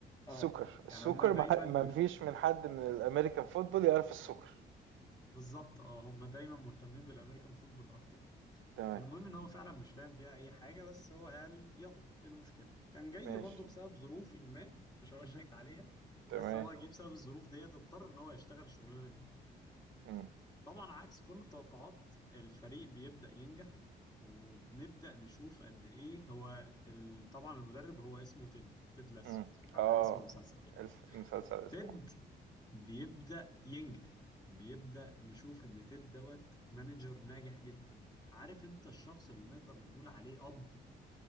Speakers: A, on the left; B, on the right.
A: اه
B: السوكر السوكر
A: يعني هم دايما
B: ما ح- ما فيش من حد من الأمريكان فوتبول يعرف السوكر
A: بالظبط اه هم دايما مهتمين بالامريكان فوتبول اكتر يعني
B: تمام
A: فالمهم ان هو فعلا مش فاهم فيها اي حاجه بس هو قال يلا ايه المشكله كان جاي
B: ماشي
A: برضه بسبب ظروف ما مش هقول لك عليها
B: تمام
A: بس هو جه بسبب الظروف ديت اضطر ان هو يشتغل الشغلانه دي
B: مم.
A: طبعا عكس كل التوقعات الفريق بيبدا ينجح وبنبدا نشوف قد ايه هو ال... طبعا المدرب هو اسمه تيد تيد لاسو
B: مم.
A: على
B: اه
A: اسم المسلسل يعني
B: الف- المسلسل اسمه
A: تيد بيبدأ ينجح بيبدأ نشوف ان تيد دوت مانجر ناجح جدا عارف انت الشخص اللي نقدر نقول عليه اب